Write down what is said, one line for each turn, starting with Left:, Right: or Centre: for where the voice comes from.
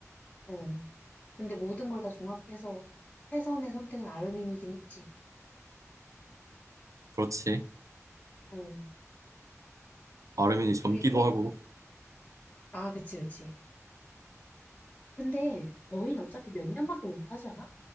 Left: 응. 근데 모든 걸 다 종합해서 최선의 선택은 아르민이긴 했지.
Right: 그렇지.
Left: 응.
Right: 아르민이 젊기도
Left: 그리고,
Right: 하고.
Left: 아, 그치, 그치. 근데 거인 어차피 몇 년밖에 못 하지 않아?